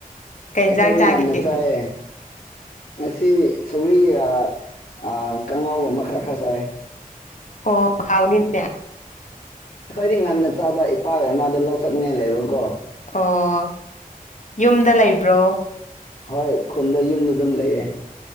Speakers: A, on the left; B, on the left.
A: ꯀꯩ
B: ꯑꯩꯈꯣꯏꯗꯤ
A: ꯏꯟꯖꯥꯡ ꯆꯥꯒꯦ
B: ꯉꯟꯅ ꯆꯥꯢꯌꯦ ꯉꯁꯤ ꯁꯧꯒ꯭ꯔꯤ ꯑꯥ ꯀꯥꯡꯉꯧ ꯑꯃ ꯈꯔ ꯈꯔ ꯆꯥꯏ
A: ꯑꯣ ꯍꯥꯎꯅꯤꯅꯦ
B: ꯑꯩꯈꯣꯏꯗꯤ ꯉꯟꯅ ꯆꯥꯕ ꯏꯄꯥꯒ-ꯏꯃꯥꯒꯗꯨ ꯂꯧ ꯆꯠꯅꯤꯡꯉꯥꯏ ꯂꯩꯕꯀꯣ
A: ꯑꯣꯑꯣ ꯌꯨꯝꯗ ꯂꯩꯕ꯭ꯔꯣ
B: ꯍꯣꯏ ꯈꯨꯟꯗ ꯌꯨꯝꯗ ꯑꯗꯨꯝ ꯂꯩꯌꯦ